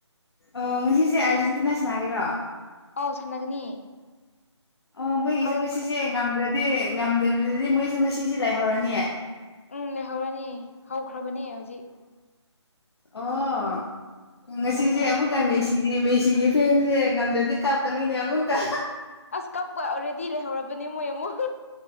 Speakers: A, on the left; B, on the left.
A: ꯑꯣ ꯉꯁꯤꯁꯦ ꯑꯥꯔꯖꯦꯟꯇꯤꯅꯥ ꯁꯅꯥꯒꯦꯔꯣ
B: ꯑꯥꯎ ꯁꯥꯟꯅꯒꯅꯤ
A: ꯑꯣ ꯃꯣꯏꯒꯤꯁꯨ
B: ꯍꯧꯔꯝꯈ꯭ꯔ
A: ꯉꯁꯤꯁꯦ ꯉꯝꯗ꯭ꯔꯗꯤ ꯉꯝꯗꯗꯤ ꯃꯣꯏꯁꯨ ꯉꯁꯤꯁꯦ ꯂꯩꯍꯧꯔꯅꯤ
B: ꯎꯝ ꯂꯩꯍꯧꯔꯅꯤ ꯍꯧꯈ꯭ꯔꯕꯅꯦ ꯍꯧꯖꯤꯛ
A: ꯑꯣ ꯉꯁꯤꯁꯦ
B: ꯌꯥꯝ ꯅꯨꯡꯉꯥꯏꯇꯦ
A: ꯑꯃꯨꯛꯀ ꯃꯦꯁꯤ ꯁꯤꯗꯤ ꯃꯦꯁꯤꯒꯤ ꯐꯦꯟꯖꯦ ꯉꯝꯗ꯭ꯔꯗꯤ ꯀꯞꯀꯅꯤꯅꯦ ꯑꯃꯨꯛꯇ
B: ꯑꯁ ꯀꯛꯄ ꯑꯣꯔꯦꯗꯤ ꯂꯩꯍꯧꯔꯕꯅꯦ ꯃꯣꯏ ꯑꯃꯨꯛ